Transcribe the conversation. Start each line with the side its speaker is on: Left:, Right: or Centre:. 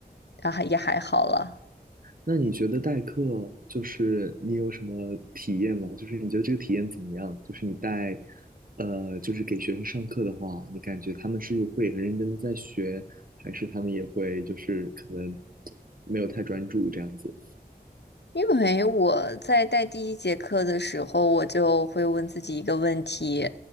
Left: 啊，还也还好了。
Right: 那你觉得代课就是你有什么体验吗？就是你觉得这个体验怎么样？就是你带，呃，就是给学生上课的话，你感觉他们是会很认真的在学，还是他们也会就是可能没有太专注这样子？
Left: 因为我在带第一节课的时候，我就会问自己一个问题，